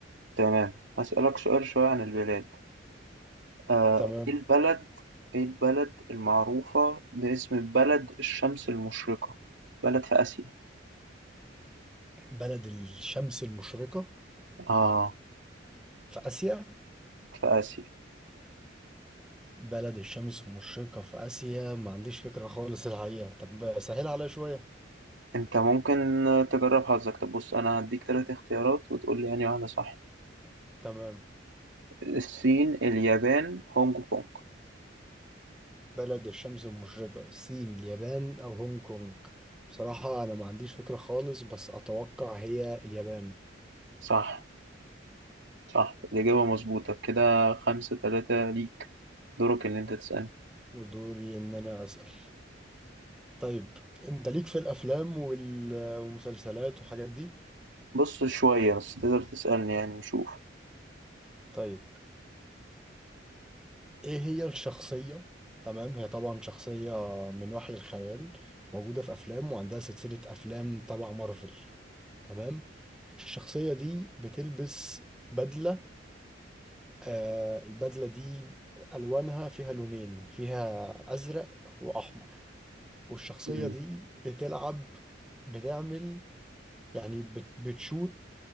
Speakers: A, on the right; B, in the centre.
A: تمام هسألك سؤال شوية عن البلاد آه
B: تمام
A: ايه البلد ايه البلد المعروفة باسم بلد الشمس المشرقة بلد في آسيا
B: بلد الشمس المشرقة
A: اه
B: في آسيا
A: في آسيا
B: بلد الشمس المشرقة في آسيا ما عنديش فكرة خالص الحقيقة طب سهل عليا شوية
A: انت ممكن تجرب حظك طب بص انا هديك ثلاث اختيارات وتقول لي يعني واحدة صح
B: تمام
A: الصين اليابان هونج كونج
B: بلد الشمس المشرقة الصين اليابان أو هونج كونج بصراحة أنا ما عنديش فكرة خالص بس أتوقع هي اليابان
A: صح صح الإجابة مظبوطة كده خمسة ثلاثة ليك دورك ان انت تسألني
B: ودوري إن أنا أسأل طيب انت ليك في الافلام وال- والمسلسلات والحاجات دي
A: بص شوية بس تقدر تسألني يعني نشوف
B: طيب ايه هي الشخصية تمام هي طبعا شخصية من وحي الخيال موجودة في افلام وعندها سلسلة افلام تبع مارفل تمام الشخصية دي بتلبس بدلة آه البدلة دي ألوانها فيها لونين فيها أزرق وأحمر والشخصية
A: مم.
B: دي بتلعب بتعمل يعني بت بتشوت